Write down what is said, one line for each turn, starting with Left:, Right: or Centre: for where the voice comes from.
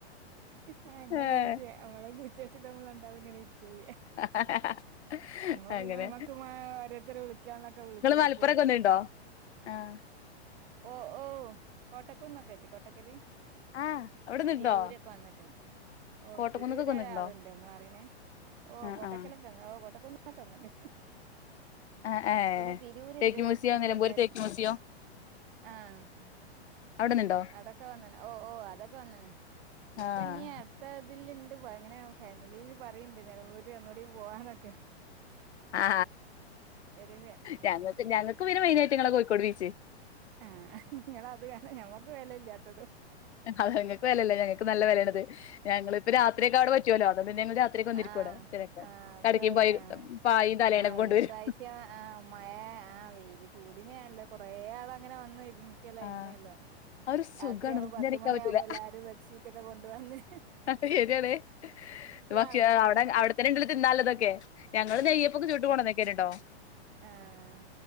Right: ആ അങ്ങനെ
Left: ഏഹ്
Right: ഇരിക്ക നമ്മള വീറ്റാട്ടിൽ നമ്മൾ ഉണ്ടാവ അങ്ങനെ ഇരിക്ക ചെയ്യാ
Left: ആ
Right: ഉമ്മ
Left: അങ്ങനെ
Right: പിന്നെ ഉമ്മക്ക് മാ ഓരോരുത്തരെ വിളിക്കാനുള്ളൊക്കെ വിളിച്ചോക്കും
Left: നിങ്ങള് മലപ്പുറക്കെ ഒന്നണ്ടോ ആഹ
Right: ഓ ഓ കട്ടക്കും നക്കല്ലി കോട്ടക്കെവി
Left: ആഹ് അവിടെ നിന്നിട്ടുണ്ടോ
Right: തിരവൂരൊക്കെ വന്നിട്ട ഓ
Left: കോട്ടക്കുന്നൊക്കൊക്കെ
Right: തിരൂരരെ
Left: വന്നിട്ടുണ്ടോ
Right: ആളുണ്ട് നമ്മള അറങ്ങനെ ഓ
Left: ആഹ്
Right: കൊട്ടക്കലൊക്കെ
Left: ആഹ്
Right: ഓ അന്നന്നക്കെ
Left: ആഹ് ഏഹ്
Right: പിന്നെ തിരവൂര്ണ്ട്
Left: തേക്ക് മ്യൂസിയം
Right: കുടുംബക്കാര്
Left: നിലമ്പൂര് തേക്ക് മ്യൂസിയം
Right: ആഹ
Left: അവിടെ നിന്നിട്ടുണ്ടോ
Right: അടൊക്കെ വന്നണ ഓ ഓ അതൊക്കെ വന്നണ ഇപ്പൊ
Left: ആഹ്
Right: ഇനി എത്ര ഇതില് അങ്ങനെ ഫാമിലിയിൽ പറയുണ്ട് നിലമ്പൂര് അന്നുകൂടി പോവാന്നൊക്കെ
Left: ആ
Right: ഒരു
Left: ഞങ്ങ ഞങ്ങൾക്ക് പിന്നെ മെയിനായിട്ട് ങ്ങളെ കോഴിക്കോട് ബീച്ച്
Right: ആഹ നിങ്ങ അത് കാര ഞമ്മക്ക് വിലയില്ലാത്തതും
Left: അത് ഞങ്ങൾക്ക് വിലല്ല ഞങ്ങൾക്ക് നല്ല വിലയാണത് ഞങ്ങളിപ്പ രാത്രിക്കാട് പറ്റുവല്ലോ അ പി ഞങ്ങൾ രാത്രിക്ക് വന്നിരിക്കുവോടെ
Right: ആഹ്
Left: ചക്ക്
Right: ആഹ്
Left: കടക്കയും
Right: അപ്പൊ
Left: പോയി
Right: ആഹ്
Left: പായയും തലേണക്കെ
Right: ആഹ്
Left: കൊണ്ടുവരും
Right: ഇപ്രാവശ്യം ആഹ് മഴ ആഹ വെയില് ചൂടിനെല്ലോ കൊറേ ആൾ അങ്ങനെ വന്നു ഇുന്നക്കല്ലോ
Left: ആ
Right: ഇരുന്നല്ലോ
Left: ആ ഒരു സുഖാണ്
Right: രാത്രിയാകുമ്പോൾ
Left: പറഞ്ഞറിയിക്കാൻ
Right: പത്തുമണിയ
Left: പറ്റൂല
Right: ആകുമ്പോ എല്ലാരും ബെഡ്ഷീറ്റ ഒക്കെ കൊണ്ട വന്ന്
Left: താണ് ബാക്കി
Right: ആൾക്കാരാണ്
Left: അടെ അവിടെത്തന്നെ ഉണ്ടല്ല തിന്നാല അതൊക്കെ ഞങ്ങള്ൾ നെയ്യപ്പൊെ ചൂട്ട് പോണണംക്കുണ്ടോ
Right: ആഹ